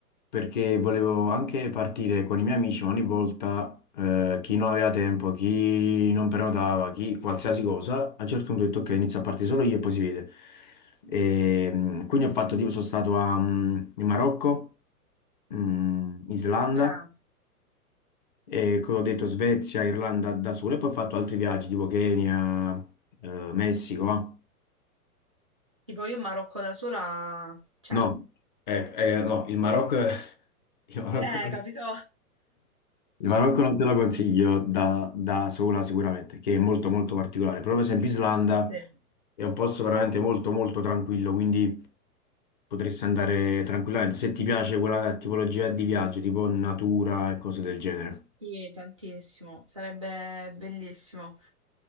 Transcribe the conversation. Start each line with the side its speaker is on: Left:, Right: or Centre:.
Left: perché volevo anche partire con i miei amici, ma ogni volta eh, chi non aveva tempo, chi non prenotava, chi qualsiasi cosa, a un certo punto ho detto ok, inizio a partire solo io e poi si vede. E, mm, quindi ho fatto tipo, sono stato a, mm, in Marocco, mm, Islanda,
Right: Eh,
Left: e come ho detto Svezia, Irlanda da solo, e poi ho fatto altri viaggi tipo Kenya, eh, Messico. ah.
Right: tipo io in Marocco da sola, cioè,
Left: No, eh, eh, no, il Marocco... <laughs> Il Marocco
Right: eh, capito?
Left: Il Marocco non te lo consiglio da, da sola sicuramente, che è molto molto particolare, però per esempio Islanda
Right: Sì,
Left: è un posto veramente molto molto tranquillo, quindi potresti andare tranquillamente se ti piace quella tipologia di viaggio, tipo natura e cose del genere.
Right: Sì, tantissimo, sarebbe bellissimo.